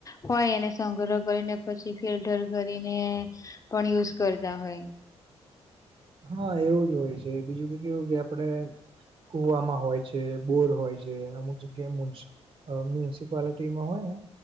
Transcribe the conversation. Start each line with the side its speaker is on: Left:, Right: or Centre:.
Left: હોય એને સંગ્રહ કરીને પછી ફિલ્ટર કરીને પણ યુઝ કરતા હોય.
Right: હા એવું જ હોય છે બીજું કે કે એવું કે આપડે. કુવામાં હોય છે બોર હોય છે અમુ જ ગેમ. મ્યુનિસિપાલિટીમાં હોય ને.